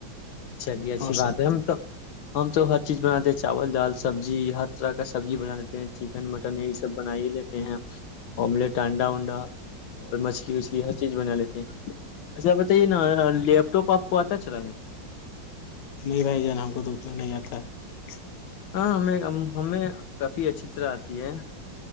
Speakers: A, on the left (about 90°); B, on the left (about 70°).
A: چلیے اچھی
B: اور
A: بات
B: سب
A: ہے ہم تو <unintelligible> ہم تو ہر چیز بناتے ہیں چاول دال سبزی ہر طرح کا سبزی بنا لیتے ہیں چکن مٹن یہی سب بنا ہی لیتے ہیں آملیٹ انانڈا ونڈا اور مچھلی وچھلی ہر چیز بنا لیتے ہیں اچھا بتائیے نا لیپ ٹاپ آپ کو آتا ہے چلا <unintelligible>
B: نہیں بھائی جان ہم کو تو اتنا نہیں آتا ہے <unintelligible>
A: ہاں ہمیں ہمیں کافی اچھی طرح آتی ہے